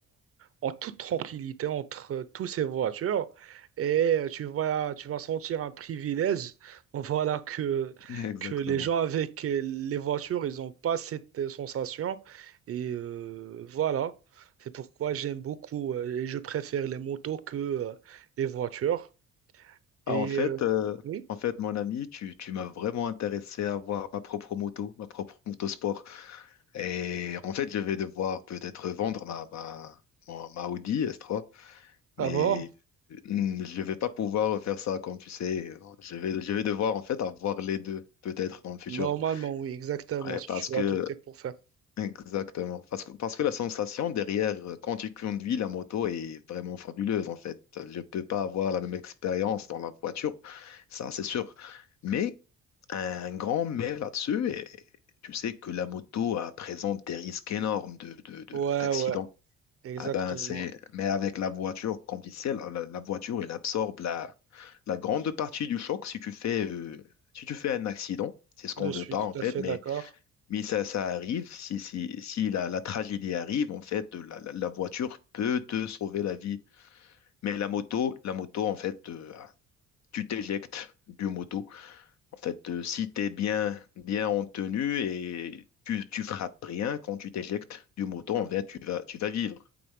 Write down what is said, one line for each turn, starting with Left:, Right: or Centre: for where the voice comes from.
Right: en toute tranquillité entre euh, tous ces voitures et euh, tu vas, tu vas sentir un privilège. <laughs> Voilà que,
Left: <laughs> Exactement.
Right: que les gens avec euh, les voitures, ils n'ont pas cette euh, sensation. Et euh, voilà, c'est pourquoi j'aime beaucoup euh, et je préfère les motos que euh, les voitures.
Left: Ah,
Right: Et
Left: en fait,
Right: euh,
Left: euh,
Right: oui,
Left: en fait, mon ami, tu, tu m'as vraiment intéressé à voir ma propre moto, ma propre moto Et en fait, je vais devoir peut-être vendre ma, ma, mon- ma Audi S3,
Right: ah
Left: mais
Right: bon?
Left: mm, je vais pas pouvoir faire ça comme tu sais. Je vais, je vais devoir en fait avoir les deux peut-être dans le futur.
Right: Normalement, oui, exactement,
Left: Ouais,
Right: si
Left: parce
Right: tu
Left: que
Right: as tout pour faire.
Left: Exactement. Parce que, parce que la sensation derrière, euh, quand tu conduis la moto est vraiment fabuleuse, en fait. Je peux pas avoir la même expérience dans la voiture, ça c'est sûr. Mais un grand mais là-dessus, et tu sais que la moto euh, présente des risques énormes de, de- de-
Right: Ouais,
Left: d'accidents.
Right: ouais, exactement.
Left: Ah ben, c'est, mais avec la voiture, comme tu sais, la, la- la voiture, elle absorbe la, la grande partie du choc si tu fais, euh, si tu fais un accident. C'est ce qu'on
Right: Je
Left: veut
Right: suis
Left: pas,
Right: tout
Left: en fait,
Right: à fait d'accord.
Left: mais ça, ça arrive, si, si, si la, la tragédie arrive, en fait, la, la- la voiture peut te sauver la vie. Mais la moto, la moto, en fait, euh, tu t'éjectes du moto. En fait, euh, si tu es bien, bien en tenue et tu, tu frappes rien quand tu t'éjectes du moto, en fait, tu vas, tu vas vivre.